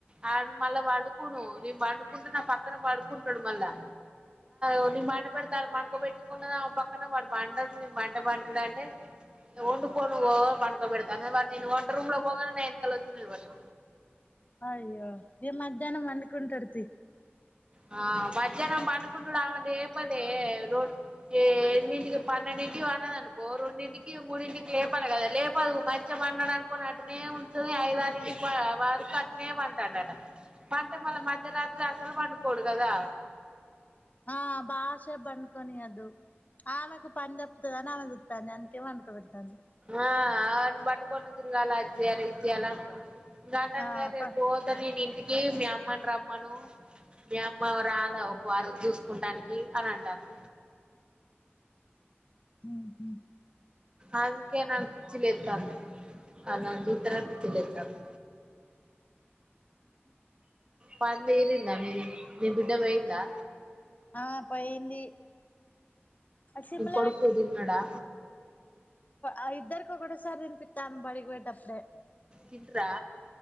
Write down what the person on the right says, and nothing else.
ఆ మళ్ళా పడుకును నీను పండుకుంటే నా పక్కన పడుకుంటాడు మళ్ళా వొళ్లు మాట పెడతాను పనుకబెట్టుకున్న పక్కన వాడు పంటారు నేను బంట పంటడు అంటే, వండికొ నువ్ పనుకబెడతాను వా నేను వంట రూమ్ లో పోగానే న వెనకల వచ్చి నిలబడిత
ఆ మధ్యాహ్నం పండుకుంటుడు. ఆమె లేపదె రొ రెండింటికి పన్నెండింటికి పండ్నాడు అనుకొ రెండింటికి మూడింటికి లేపాల కదా లేపదు. మంచిగా పంన్నాడు అనుకోని అట్టనే ఉంటది, ఐదారింటికి వరకు అట్టనే పండుతండట పండ్తే మళ్ళ మధ్యరాత్రి అసలు పండుకోడు కదా.
ఆ ఆయన్ని పట్టుకొని తిరగాల, అది చేయాల ఇది చేయాల అనుకో ఘటన్
గా రేపు
పోత నేను ఇంటికి మీ అమ్మను రమ్మను. మీ అమ్ మా రాదా ఒక వారం చూసుకుంటానికి అని అంటంది.
అందుకే నాకి పిచ్చి లెత్తంది. ఆళ్లని చూతెనె పిచ్చి లెత్తంది. పంది ఈనింద మీది నీ బిడ్డ పోయిందా.
నీ కొడుకు ఈడున్నాడా
తింట్రా